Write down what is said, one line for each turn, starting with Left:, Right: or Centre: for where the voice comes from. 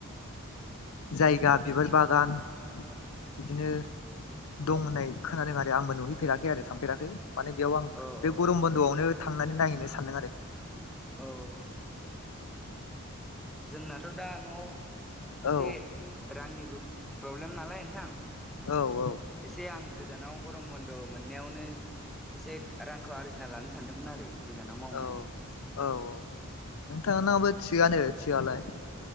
Left: जायगा बिबार बागान बिदिनो दं होननाय खोनादों आरो आंबो नुहैफेराखै आरो थांफेराखै। माने बेयाव आं
Centre: अ
Left: बे गरम बन्द'आवनो थांनानै नायहैनो सानदों आरो।
Centre: औ जोंनाथ' दा न'आव एसे
Left: औ
Centre: रांनिबो प्रब्लेम नालाय नोंथां
Left: औ
Centre: एसे आं गोजानाव गरम बन्द' मोन मोननायावनो एसे रांखौ आरजिना लानो सानदोंमोन आरो गोजानाव मावनानै।
Left: औ औ औ नोंथाङा नाबो थिगानो थिगालाय।